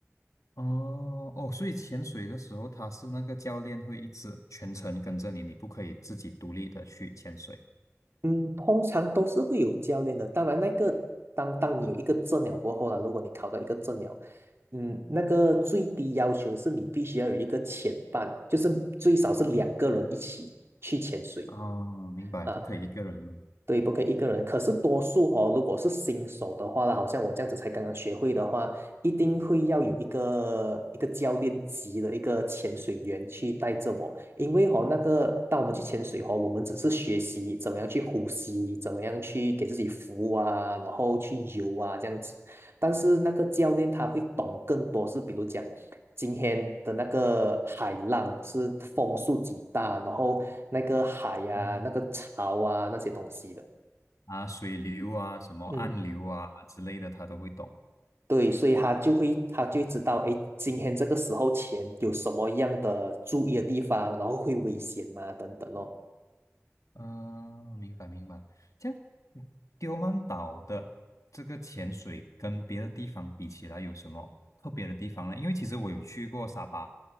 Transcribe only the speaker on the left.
哦。哦，所以潜水的时候，它是那个教练会一直全程跟着你，你不可以自己独立的去潜水。
哦，明白，
不可以一个人。
嗯
啊，水流啊，什么暗流啊之类的，
他都会懂。
嗯，明白明白。这样，嗯丢曼岛的这个潜水跟别的地方比起来，有什么特别的地方呢？因为其实我有去过沙巴，